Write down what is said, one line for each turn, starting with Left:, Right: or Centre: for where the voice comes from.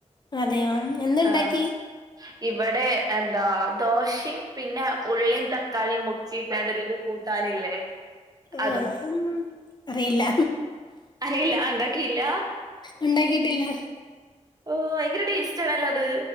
Left: അതെയോ എന്ത് ഉണ്ടാക്കി
Right: ആഹ് ഇവിടെ എന്താ ദോശയും പിന്നെ ഉള്ളീം തക്കാളീം മുട്ട ചീറ്റാണ്ട്ള്ളരു കൂട്ടാനില്ലേ
Left: ആഹ്
Right: അതും
Left: ഉം അറിയില്ല
Right: അറിയില്ല ഉണ്ടാക്കിയില്ല
Left: ഉണ്ടാകീട്ടില്ല
Right: ഓഹ് ഭയങ്കര ടേസ്റ്റ് ആണല്ലോ അത്